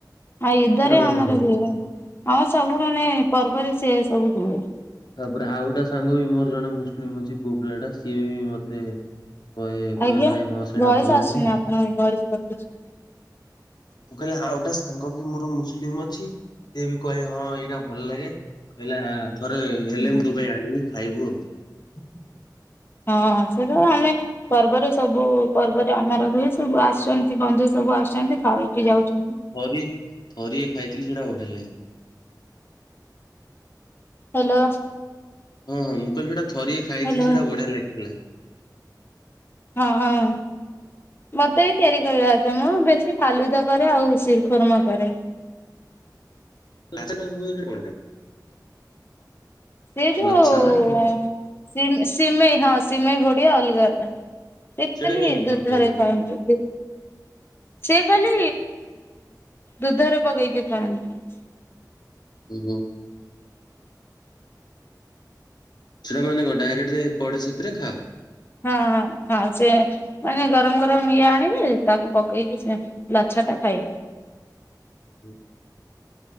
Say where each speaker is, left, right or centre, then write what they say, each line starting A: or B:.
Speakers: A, on the left; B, on the left.
A: ଆଉ ଏଦରେ
B: ସେଇଟା ବଢିଆ
A: ଆମର
B: ଲାଗେ।
A: ଆମ ସବୁ ମାନେ ପର୍ବରେ ସେ ସବୁ କୁହେ
B: ତାପରେ ଆଉ ଗୋଟେ ସାଙ୍ଗ ବି ମୋର ଜଣେ ମୁସଲିମ ଅଛି ପୁଅ ପିଲା ଟା ସିଏ ବି ମତେ କହେ କହେ
A: ଆଜ୍ଞା
B: ନାଇଁ ହଁ ସେଇଟା
A: ଭଏସ
B: ଭଲ ଲାଗେ।
A: ଆସିୁନି
B: ମୁଁ
A: ଆପଣଙ୍କ ଭଏସ କଟୁଚି
B: ମୁଁ କହିଲି ଆଉଟା ସାଙ୍ଗ ବି ମୋର ମୁସଲିମ ଅଛି ସିଏ ବି କହେ ହଁ ଏଇଟା ଭଲ ଲାଗେ କହିଲା ଥରେ ହେଲେ
A: ହୁଁ
B: ମୁଁ ତୋ ପାଇଁ ଆଣିବି ଖାଇବୁ ଆଉ
A: <inaudible> ହଁ ସେଟା ଆମେ ପର୍ବରେ ସବୁ ପର୍ବରେ ଆମର ହୁଏ ସବୁ ଆସୁନ୍ତି ବନ୍ଧୁ ସବୁ ଆସୁଛନ୍ତି ଖାଇକି ଯାଉଛନ୍ତି
B: ଥରି ଥରିଏ ଖାଇଥିଲି ସେଇଟା ବଢିଆ ଲାଗି
A: ହ୍ୟାଲୋ
B: ହୁଁ ମୁଁ କଇଲି ସେଟା ଥରିଏ ଖାଇଥିଲି
A: ହ୍ୟାଲୋ
B: ସେଇଟା ବଢିଆ ଲାଗିଥିଲା
A: ହଁ ମତେ ବି ତିଆରି କରିବା ଆସେ ମୁଁ ବେଶି ଫାଲୁଦା କରେ ଆଉ ସିିରଖର୍ମା କରେ
B: <unintelligible>
A: ସିଏ ଯଉ
B: ଲଛା ନା କଣ?
A: ସିମେଇ ହଁ ସିମେଇ ଭଡିଆ ଅଲଗାଟା ସେ କାଲି
B: ସେଇଟା କେମିତି କଣ
A: ଦୁଧରେ
B: ତିଆରି ହୁଏ?
A: ଖାଆନ୍ତୁ ଦୁ ସିଏ ଖାଲି ଦୁଧରେ ପକେଇକି ଖାଆନ୍ତି
B: ଉ ହୁଁ ସେଇଟା ମାନେ ଙ୍କ ଡାଇରେକ୍ଟ ପଡେ ସେଥିରେ ଖାଅ
A: ହଁ ହଁ ହଁ ସେ ମାନେ ଗରମ ଗରମ ଇଏ ଆଣିବେ ତାକୁ ପକେଇକି ଲଛା ଟା ଖାଇବେ
B: ହୁଁ